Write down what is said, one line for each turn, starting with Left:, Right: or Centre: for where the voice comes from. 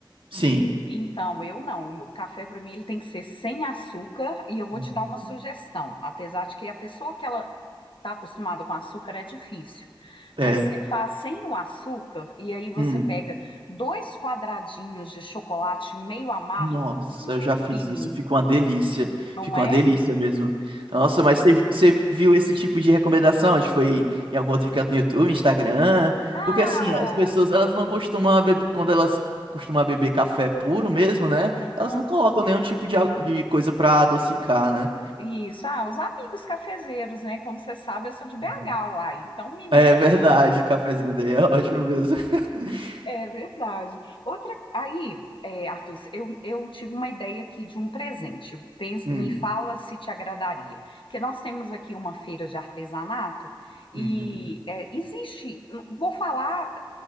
Right: sim.
Left: Então, eu não. O meu café para mim ele tem que ser sem açúcar e eu vou
Right: Uhum.
Left: te dar uma sugestão. Apesar de que a pessoa que ela está acostumada com açúcar é difícil.
Right: É.
Left: Você faz sem o açúcar e aí você
Right: Hum.
Left: pega dois quadradinhos de chocolate meio amargo.
Right: Nossa,
Left: Hum,
Right: eu já fiz
Left: menina
Right: isso, ficou uma delícia.
Left: não
Right: Ficou
Left: é?
Right: uma delícia mesmo. Nossa, mas você você viu esse tipo de recomendação? A gente foi em algum outro canto no YouTube, Instagram?
Left: Ah,
Right: Porque assim, as pessoas, elas não costumam beber, quando elas costumam beber café puro mesmo, né?
Left: aham,
Right: Elas não colocam nenhum tipo de, a- de coisa pra adocicar, né?
Left: isso. Ah, os amigos cafezeiros, né? Como você sabe, eu sou de BH,
Right: Uhum.
Left: uai. Então, mineiro.
Right: É verdade, o cafezinho daí é ótimo mesmo. <laughs>
Left: É verdade. Outra, aí, é, Arthur, eu, eu tive uma ideia aqui de um presente. Pens-
Right: Hum,
Left: me fala se te agradaria. Que nós temos aqui uma feira de artesanato e
Right: uhum.
Left: é, existe. Vou falar.